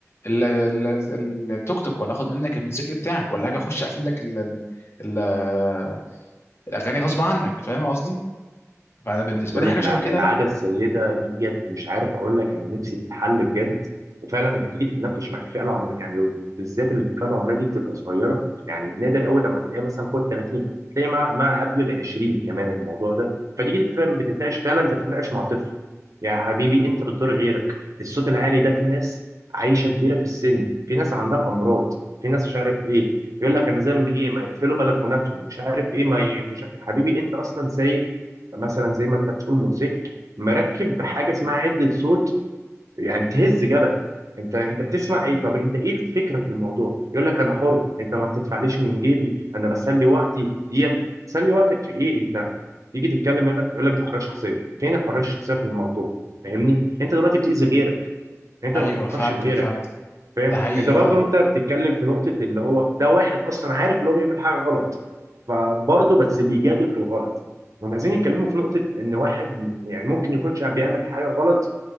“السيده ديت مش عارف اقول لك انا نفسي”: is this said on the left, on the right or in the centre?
Right